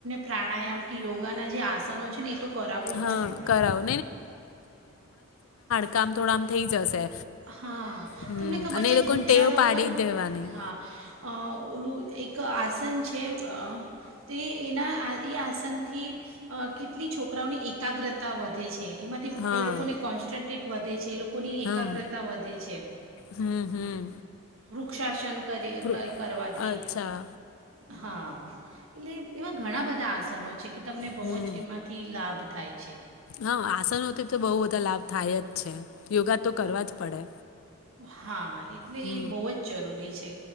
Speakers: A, on the right (about 85°); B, on the left (about 80°).
A: પ્રાણાયામ કે યોગાના જે આસનો છે ને એ તો કરાવું જ
B: હા
A: છું હું.
B: કરાવો કામ થોડા આમ થઈ જશે.
A: હા,
B: હમ
A: તમને ખબર
B: અને
A: છે
B: એ લોકોને
A: વૃક્ષારોપણ,
B: ટેવ પાડી જ દેવાની
A: હા ઓલું એક એક આસન છે, તે એના આ એ આસનથી, કેટલી છોકરાઓની એકાગ્રતા વધે છે. એમાંથી
B: હા
A: એ લોકોને કોન્સ્ટન્ટ વધે છે એ લોકોની
B: હમ
A: એકાગ્રતા વધે છે.
B: હમ હમ
A: વૃક્ષાસન કરીએ
B: પ્રો
A: કરવાથી.
B: અચ્છા
A: હા, એટલે એવા ઘણા બધા આ છે કે તમને બહુ
B: હમ
A: જ એમાંથી લાભ થાય છે.
B: હા આસનોથી તો બહુ બધા લાભ થાય જ છે, યોગા તો કરવા જ પડે.
A: હા. એટલે
B: હમ
A: એ બહુ જ જરૂરી છે.